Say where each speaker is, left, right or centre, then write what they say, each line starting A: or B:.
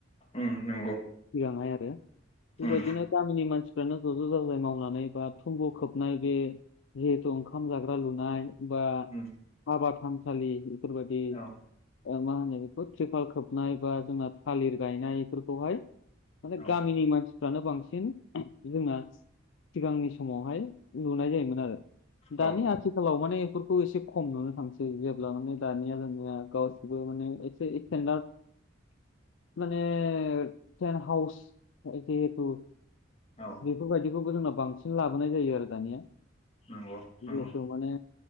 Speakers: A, on the left; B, on the left.
A: उम नंगौ
B: सिगांहाय आरो बेबायदिनो
A: उम
B: गामिनि मानसिफ्रानो ज' ज' जाजाय मावनानै बा थुंगु खोबनाय बे जिहेथु ओंखाम जाग्रा लुनाय बा
A: उम
B: हाबा थानसालि बेफोरबायदि
A: औ
B: मा होनो बेखौ टिरपाल खोबनाय बा जोंना थालिर गायनायफोरखौहाय माने
A: औ
B: गामिनि मानसिफ्रानो बांसिन जोंना सिगांनि समावहाय नुनाय जायोमोन आरो
A: औ
B: दानि आथिखालाव माने बेफोरखौ एसे खम नुनो थांसै माने दानिया दानिया गावसिबो माने एसे इसटेनदार मानेे टेन हाउस जिहेथु
A: औ
B: बेफोरबायदिखौबो जोंनाव बांसिन लाबोनाय जायो आरो दानिया
A: नंगौ नंगौ
B: जिहेथु माने